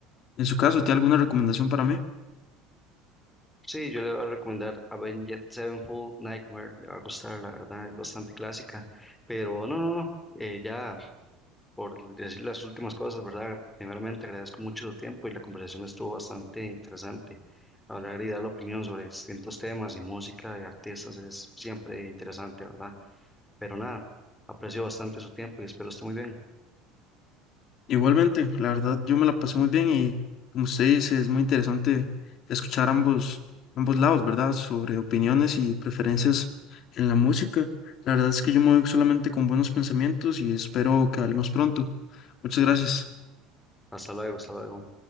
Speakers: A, on the left (about 35°); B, in the centre.
A: En su caso, ¿tiene alguna recomendación para mí?
B: Sí, yo le voy a recomendar Avenged Sevenfold Nightmare, le va a gustar, la verdad, es bastante clásica, pero no, no, no, eh, ya por decir las últimas cosas, ¿verdad? Primeramente agradezco mucho su tiempo y la conversación estuvo bastante interesante. Hablar y dar la opinión sobre distintos temas y música de artistas es siempre interesante, ¿verdad? Pero nada, aprecio bastante su tiempo y espero esté muy bien.
A: Igualmente, la verdad, yo me la pasé muy bien y como usted dice, es muy interesante escuchar ambos, ambos lados, ¿verdad? Sobre opiniones y preferencias en la música. La verdad es que yo me voy solamente con buenos pensamientos y espero que hablemos pronto. Muchas gracias.
B: Hasta luego, hasta luego.